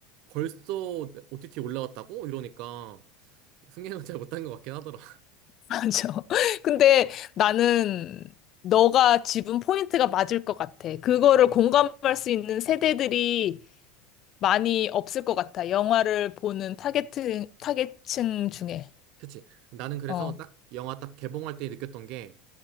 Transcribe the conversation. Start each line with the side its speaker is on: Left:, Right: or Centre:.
Right: 벌써 OTT에 올라왔다고 이러니까 승계는 잘 못한 것 같긴 하더라. <laughs>
Left: 맞아. <laughs> 근데 나는 너가 짚은 포인트가 맞을 것 같아. 그거를 공감할 수 있는 세대들이 많이 없을 것 같아. 영화를 보는 타겟층, 타겟층 중에.
Right: 그치. 나는 그래서
Left: 어,
Right: 딱 영화 딱 개봉할 때 느꼈던 게